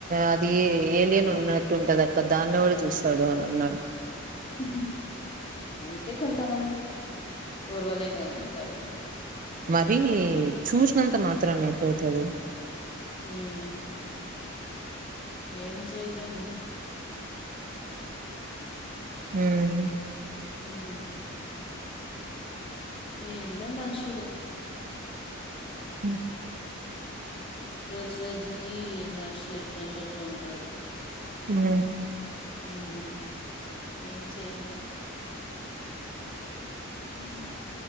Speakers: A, on the right (about 40°); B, on the left (about 25°).
A: అది ఏలియన్ ఉన్నట్టుంటది అక్క దాన్నేవరు చూస్తారు. తాడు అని అన్నాడు.
B: హుహు అంతే కొంతమంది ఓర్వలేనొళ్లుంటరు.
A: మరీ చూసినంత మాత్రం అయిపోతద.
B: ఉమ్. ఏం చేయలేంలే.
A: ఉమ్.
B: ఉమ్. ఏందో మనుషులు.
A: ఉమ్.
B: రోజు రోజుకి మనుషులు ఎట్లంటే అట్లా ఉంటారు.
A: మ్
B: మ్ ఏం చేయలేం మ్